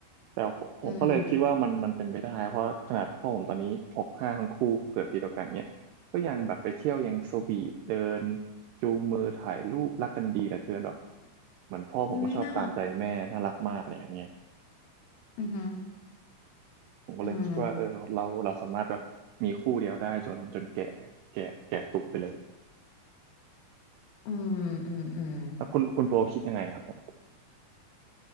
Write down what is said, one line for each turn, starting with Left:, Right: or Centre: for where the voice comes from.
Right: แต่ผมผมก็เลยคิดว่ามันมันเป็นไปได้เพราะขนาดพ่อผมตอนนี้หกห้าทั้งคู่เกิดปีเดียวกันเนี่ยก็ยังแบบไปเที่ยวยังโซบีเดิน
Left: อืม
Right: จูงมือถ่ายรูปรักกันดีเหลือเกินแบบเหมือนพ่อผมก็ชอบตามใจแม่น่ารักมากเลยอันเนี้ย
Left: เฮ้ยน่ารักอือฮึ
Right: ผมก็เลยคิดว่าเออเราเราสามารถแบบมีคู่เดียวได้จนจนแก่แก่แก่ตุกไปเลย
Left: อืมอืมอืมอืม
Right: แล้วคุณคุณโบคิดยังไงครับผม